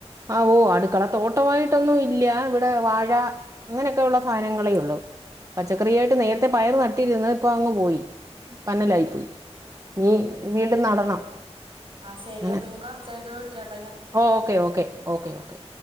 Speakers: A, on the right; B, on the right.
A: ആവഓ അടുക്കള തോട്ടമായിട്ടൊന്നും ഇല്ല ഇവിടെ വാഴ അങ്ങനെയൊക്കെ ഉള്ള സാധനങ്ങളേ ഉള്ളു പച്ചക്കറിയായിട്ട്
B: ആഹ്
A: നേരത്തെ പയറ് നട്ടിയിരുന്ന് ഇപ്പ അങ്ങ് പോയി പനലായി
B: ആഹ്
A: പോയി നീ വീട്ും നടണം
B: ആഹ ശരി
A: അങ്ങനെ
B: അപ്പൊ ഇനി കൊറച്ചായിട്ട് വിളിക്ക
A: ഓ ഓക്കേ ഓക്കേ ഓക്കെ ഓക്കെ